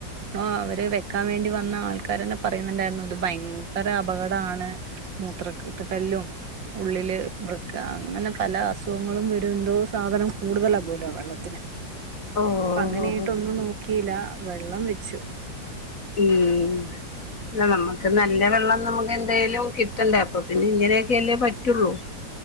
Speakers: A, on the right; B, on the left.
A: ആഹ് അവര് വെക്കാൻ വേണ്ടി വന്ന ആൾക്കാരന്നെ പറയുന്ന്ണ്ടായിരുന്നു ഇത് ഭയങ്കര അപകടാണ്. മൂത്ര ത്ത് കല്ലും. ഉള്ളില് വൃക്ക അങ്ങനെ പല അസുഖങ്ങളും വരും എന്തോ സാധനം കൂടുതലാ പോലോ വെള്ളത്തിന്.
B: ഓഹോ
A: അങ്ങനെയയിട്ട് ഒന്നും നോക്കിയില്ല വെള്ളം വെച്ചു.
B: ഉം. അല്ല നമുക്ക് നല്ല വെള്ളം നമുക്ക് എന്തേലും കിട്ടണ്ടേ അപ്പൊ പിന്നെ ഇങ്ങനെയൊക്കെ അല്ലേ പറ്റുള്ളൂ.